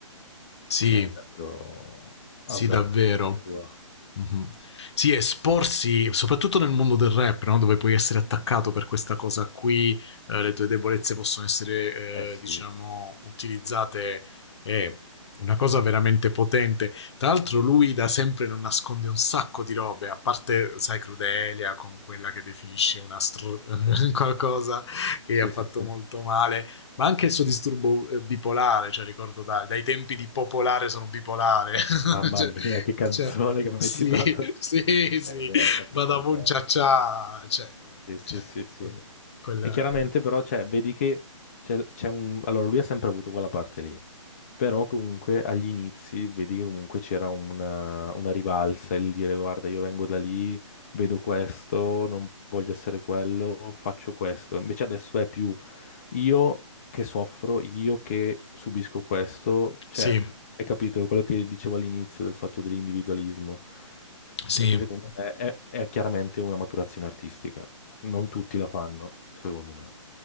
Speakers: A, on the left; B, on the left.
A: sì,
B: cioè, è davvero
A: sì,
B: audace
A: davvero.
B: da parte sua.
A: Mhm. Sì, esporsi, soprattutto nel mondo del rap, no? dove puoi essere attaccato per questa cosa qui, eh, le tue debolezze possono essere,
B: Eh sì,
A: eh, diciamo, utilizzate, è una cosa veramente potente. Tra l'altro lui da sempre non nasconde un sacco di robe, a parte, sai, Crudelia con quella che definisce una stro- <laughs> qualcosa che gli ha
B: sì,
A: fatto
B: sì, sì.
A: molto male, ma anche il suo disturbo eh, bipolare, cioè ricordo da- dai tempi di popolare sono bipolare. <laughs>
B: Mamma
A: cioè,
B: mia, che canzone
A: cioè-
B: che mi
A: sì,
B: hai citato.
A: <laughs> sì, sì.
B: Eh beh, hai capito,
A: Badaboom
B: cioè...
A: Cia Cia, cioè,
B: Sì, sì,
A: cioè,
B: sì, sì.
A: quella...
B: E chiaramente però cioè, vedi che c'è c'è un... Allora lui ha sempre avuto quella parte lì, però comunque agli inizi vedi che comunque c'era una, una rivalsa, il dire guarda io vengo da lì, vedo questo, non voglio essere quello, faccio questo. Invece adesso è più io che soffro, io che subisco questo, cioè
A: Sì,
B: hai capito quello che dicevo all'inizio del fatto dell'individualismo,
A: sì.
B: è che secondo me è è chiaramente una maturazione artistica, non tutti la fanno, secondo me.